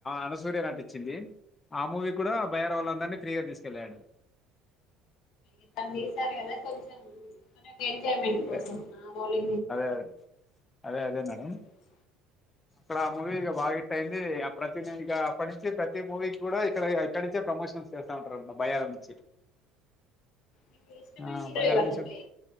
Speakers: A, on the left; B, on the left.
A: అనసూర్య నటించింది ఆ మూవీ కూడా బైరవలా ఫ్రీగా తీసుకెళ్లాడు
B: ఇక్కడ తీసారు కదా కొంచెం ఎంజాయ్మెంట్
A: అదే.
B: కోసం మొలి
A: అదే అదే అదే
B: తీసుకోవచ్చు
A: మేడం అక్కడ ఆ మూవీ బాగా హిట్ అయింది ప్రతి ఇక అప్పటి నుంచి ప్రతి మూవీకి కూడా ఇక్కడ ఇక్కడి నుంచి ప్రొమోషన్స్ చేస్తా ఉంట భయంచి
B: మీకు ఇష్టమైన
A: ఆ
B: హీరో
A: బయారం
B: ఎవరండి